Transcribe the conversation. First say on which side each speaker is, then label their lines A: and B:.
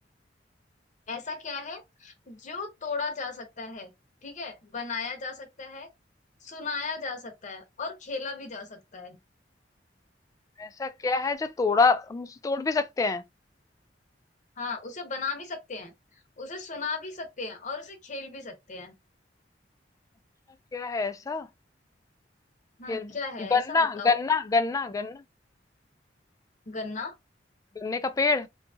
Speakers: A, on the left (about 45°); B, on the left (about 20°).
A: ऐसा क्या है जो तोड़ा जा सकता है ठीक है बनाया जा सकता है सुनाया जा सकता है और खेला भी जा सकता है
B: ऐसा क्या है जो तोड़ा हम उसे तोड़ भी सकते हैं
A: हाँ उसे बना भी सकते हैं उसे सुना भी सकते हैं और उसे खेल भी सकते हैं
B: ऐसा क्या है ऐसा
A: हाँ
B: खेल में
A: क्या है
B: गन्ना
A: ऐसा बताओ
B: गन्ना गन्ना गन्ना
A: गन्ना
B: गन्ने का पेड़